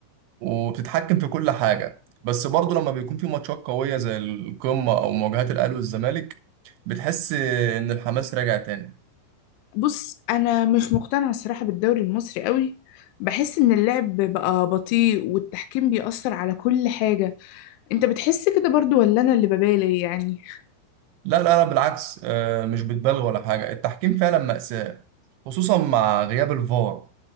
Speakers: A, on the right; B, on the left.
A: وبتتحكم في كل حاجة بس برضه لما بيكون في ماتشات قوية زي القمة أو مواجهات الأهلي والزمالك بتحس إن الحماس راجع تاني
B: بص أنا مش مقتنعة الصراحة بالدوري المصري قوي بحس إن اللعب بقى بطيء والتحكيم بيأثر على كل حاجة أنت بتحس كده برضو ولا أنا اللي ببالي يعني؟
A: لا لا لا بالعكس آه، مش بتبالغ ولا حاجة التحكيم فعلا مأساة خصوصا مع غياب الفار